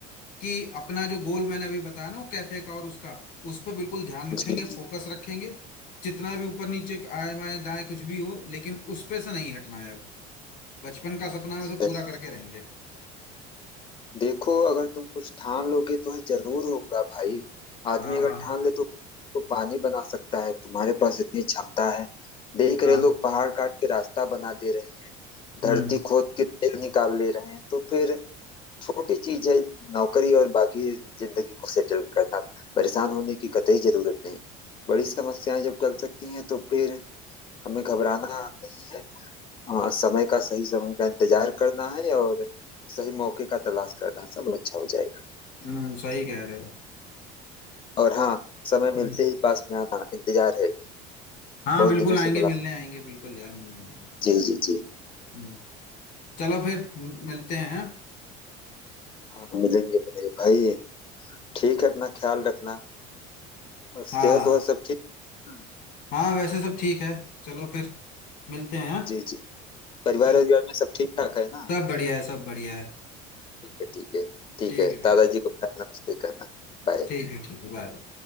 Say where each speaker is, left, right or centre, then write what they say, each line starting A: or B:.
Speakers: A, on the left; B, on the left.
A: कि अपना जो गोल मैंने अभी बताया ना वो कैफे का और उसका उस पर बिल्कुल ध्यान रखेंगे
B: जी जी
A: फोकस रखेंगे जितना भी ऊपर नीचे आए बाएं दाएं कुछ भी हो लेकिन उस पे से नहीं हटना है अब बचपन का सपना है
B: सही।
A: उसे पूरा करके रहेंगे
B: देखो अगर तुम कुछ ठान लोगे तो ये जरूर होगा भाई आदमी
A: हाँ
B: अगर ठान ले तो, तो पानी बना सकता है तुम्हारे पास इतनी क्षमता है देख
A: हाँ
B: रहे लोग पहाड़ काट के रास्ता बना दे रहे हैं
A: हम्म
B: धरती खोद के तेल निकाल ले रहे हैं तो फिर छोटी चीज है नौकरी और बाकी जिंदगी को सेटल करना परेशान होने की कतई जरूरत नहीं बड़ी समस्याएं जब टल सकती हैं तो फिर हमें घबराना नहीं है हाँ, समय का सही समय का इंतजार करना है और सही मौके का तलाश करना सब अच्छा हो जाएगा
A: हम्म सही कह रहे
B: और हाँ समय मिलते
A: हो
B: ही पास में आना इंतजार है
A: हाँ
B: बहुत
A: बिल्कुल
B: दिनों
A: आएंगे
B: से मुलाकात
A: मिलने आएंगे बिल्कुल यार मिलने आएंगे
B: जी जी जी
A: हम्म, चलो फिर म- मिलते हैं
B: हाँ मिलेंगे मेरे भाई ठीक है अपना ख्याल रखना और सेहत
A: हाँ
B: वह सब ठीक हम्म,
A: हाँ हाँ, वैसे सब ठीक है चलो फिर मिलते हैं हाँ?
B: जी जी परिवार
A: चलो
B: और घर में सब ठीक ठाक है ना
A: सब बढ़िया है सब बढ़िया है
B: ठीक है ठीक है ठीक
A: ठीक
B: है
A: है भाई
B: दादाजी को नमस्ते कहना बाय
A: ठीक है ठीक है बाय